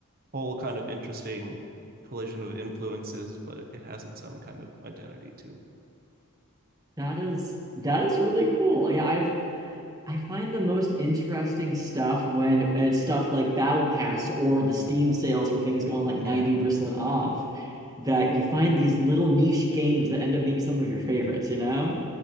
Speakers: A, on the right (about 45°); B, on the right (about 15°).
A: whole kind of interesting collision of influences but it has its own kind of identity too
B: that is that is really cool. Yeah, I've I find the most interesting stuff when it's stuff like Battle Pass or the Steam sales where things go on like 90%
A: yeah
B: off, that you find these little niche games that end up being some of your favorites, you know?